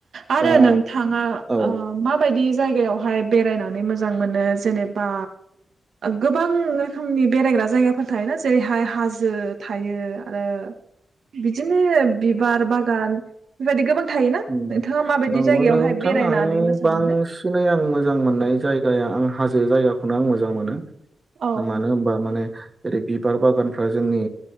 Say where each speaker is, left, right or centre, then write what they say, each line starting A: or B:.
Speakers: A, on the right; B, on the right.
A: आरो
B: दा
A: ओ नोंथाङा
B: औ
A: माबायदि जायगायावहाय बेरायनानै मोजां मोनो जेनेबा गोबां रोखोमनि बेरायग्रा जायगाफोर थायोना जेरैहाय हाजो थायो आरो बिदिनो बिबार बागान बेबायदि गोबां थायोना
B: उम
A: नोंथाङा माबायदि
B: नंगौ
A: जायगायावहाय
B: नोंथां
A: बेरायनानै
B: आं
A: मोजां
B: बांसिनै
A: मोनो?
B: आं मोजां मोननाय जायगाया हाजो जायगाखौनो आं मोजां मोनो
A: औ
B: मानो होनबा माने जेरै बिबार बागानफ्रा जोंनि